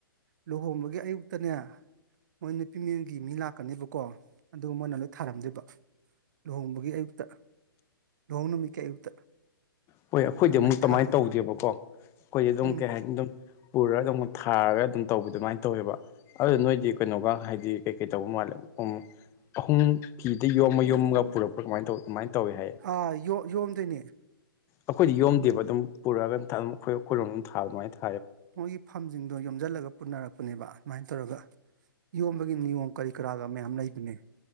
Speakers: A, on the right (about 55°); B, on the left (about 20°).
A: ꯂꯨꯍꯣꯡꯕꯒꯤ ꯑꯌꯨꯛꯇꯅꯦ ꯃꯣꯏ ꯅꯨꯄꯤ ꯃꯌꯨꯝꯒꯤ ꯃꯤ ꯂꯥꯛꯀꯅꯤꯕꯀꯣ ꯑꯗꯨꯒ ꯃꯣꯏꯅ ꯂꯣꯏ ꯊꯥꯔꯝꯗꯣꯏꯕ ꯂꯨꯍꯣꯡꯕꯒꯤ ꯑꯌꯨꯛꯇ ꯂꯨꯍꯣꯡ ꯅꯨꯃꯤꯠꯀꯤ ꯑꯌꯨꯛꯇ
B: ꯍꯣꯏ ꯑꯩꯈꯣꯏꯗꯤ
A: ꯑꯗꯨꯃꯥꯏꯅ
B: ꯑꯃꯨꯛ ꯇꯃꯥꯏ
A: ꯊꯥꯗꯣꯏꯕ
B: ꯇꯧꯗꯦꯕꯀꯣ ꯈꯣ- ꯈꯣꯏꯗꯤ ꯗꯨꯝ
A: ꯎꯝ
B: ꯀꯩ ꯍꯥꯏꯅꯤ ꯗꯨꯝ ꯄꯨꯔꯥ ꯂꯧ <unintelligible> ꯊꯥꯔꯒ ꯑꯗꯨꯝ ꯇꯧꯕ ꯑꯗꯨꯃꯥꯏꯅ ꯇꯧꯋꯦꯕ ꯑꯗꯨ ꯅꯣꯏꯗꯤ ꯀꯩꯅꯣꯒ ꯍꯥꯏꯗꯤ ꯀꯩ ꯀꯩ ꯇꯧꯕ ꯃꯥꯜꯂꯦ ꯎꯝ ꯑꯍꯨꯝ ꯐꯤꯗ ꯌꯣꯝꯃ ꯌꯣꯝꯃꯒ ꯄꯨꯔꯛꯄ꯭ꯔꯥ ꯀꯃꯥꯏꯅ ꯇꯧ ꯑꯗꯨꯃꯥꯏꯅ ꯇꯧꯋꯤ ꯍꯥꯏꯌꯦ
A: ꯑꯥ ꯌꯣꯝꯗꯣꯏꯅꯦ
B: ꯑꯩꯈꯣꯏꯗꯤ ꯌꯣꯝꯗꯦꯕ ꯑꯗꯨꯝ ꯄꯨꯔꯛꯑꯒ ꯑꯗꯨꯝ ꯊꯥ ꯑꯗꯨꯝ ꯈꯣꯏꯔꯣꯝ ꯈꯣꯏꯔꯣꯝꯒꯤ ꯊꯥꯕ ꯑꯗꯨꯃꯥꯏꯅ ꯊꯥꯏ
A: ꯃꯣꯏꯒꯤ ꯐꯝꯖꯤꯡꯗꯣ ꯌꯣꯝꯖꯜꯂꯒ ꯄꯨꯅꯔꯛꯄꯅꯦꯕ ꯁꯨꯃꯥꯏꯅ ꯇꯧꯔꯒ ꯌꯣꯝꯕꯒꯤ ꯅꯤꯌꯣꯝ ꯀꯔꯤ ꯀꯔꯥꯒ ꯃꯌꯥꯝ ꯂꯩꯕꯅꯦ